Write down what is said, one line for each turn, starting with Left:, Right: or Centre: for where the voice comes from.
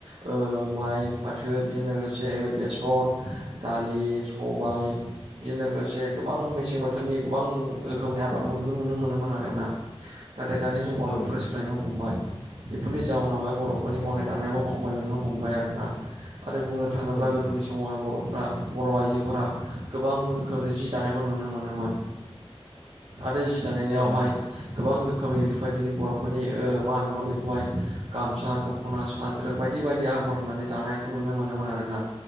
Right: ओ माइ फाथो बेजोंनो लोगोसे बेसर। दालि, सबाय बेजों लोगोसे गोबां मेसें बोथोरनि गोबां- रोखोमनि आबाद मावनायखौ नुनो मोनोमोन आरो ना। नाथाय दानि समाव
Left: औ
Right: बेफोर सोलायनो हमबाय। बेफोरनि जाउनावहाय बर'फोरनि मावनाय दांनायाबो खमायलांनो हमबाय। आरोना आरो बुंनो थाङोब्ला
Left: औ
Right: गोदोनि
Left: नंगौ
Right: समाव बर'फोरा - फ्रा बर' आइजोफोरा गोबां रोखोमनि जि दानायखौ नुनो मोनोमोन। आरो जि दानाय नियावहाय
Left: औ नोंथां
Right: गोबां रोखोमनि बेफोरबायदिनो बर'फोरनि मा होनांगौ बेखौहाय गामसा, दख'ना खना सादोर बायदि बायदि आगर होननानै दानायखौ नुनो मोनोमोन आरो ना।